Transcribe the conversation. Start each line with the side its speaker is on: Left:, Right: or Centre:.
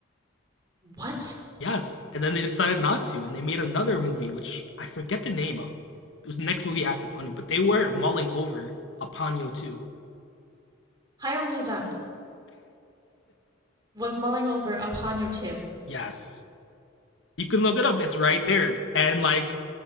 Right: What?
Left: Yes, and then they decided not to, and they made another movie which I forget the name of. It was the next movie after Ponyo, but they were mulling over a Ponyo 2.
Right: Hayao Miyazaki was mulling over a Ponyo 2.
Left: Yes. You can look it up. It's right there. And like,